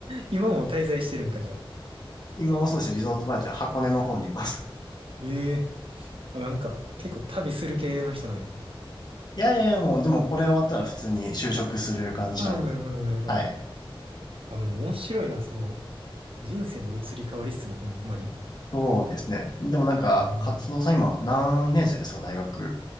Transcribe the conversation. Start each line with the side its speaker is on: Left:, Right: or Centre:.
Right: 今も滞在してるんか、じゃあ。
Left: 今もそうですね。リゾートバイトで箱根の方にいます。
Right: ええあ、なんか、結構旅する系の人なんやな。
Left: いやいやいや、もうでもこれ終わったら普通に就職する感じなので。
Right: ああ、なるほど、なるほど。
Left: はい。
Right: あ、でも面白いな、その、人生の移り変わりっすね、ほんまに。
Left: そうですね。でもなんか、
Right: うん
Left: 活動さん今何年生ですか、大学。